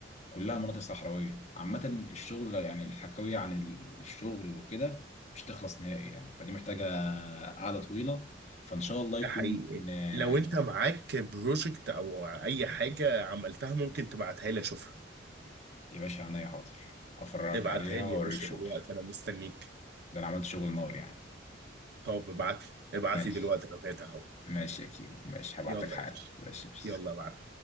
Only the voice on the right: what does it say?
ده حقيقي
لو انت معاك بروجكت او اي حاجة عملتها ممكن تبعتها لي اشوفها
ابعتها
لي
يا باشا
دلوقتي انا مستنيك
طب ابعت ابعت
لي دلوقتي انا فاتح اهو
يلا
يا باشا
يلا ابعت